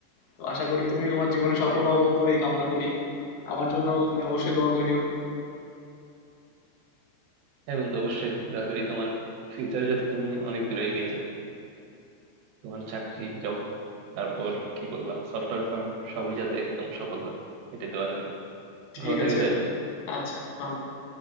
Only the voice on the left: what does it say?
তো আশা করি তুমি
তোমার জীবনে সফল
হও
বন্ধু এই কামনা করি আমার জন্য তুমি অবশ্যই দোয়া করিও
ঠিক
আছে
বন্ধু। আচ্ছা ভালো থেকো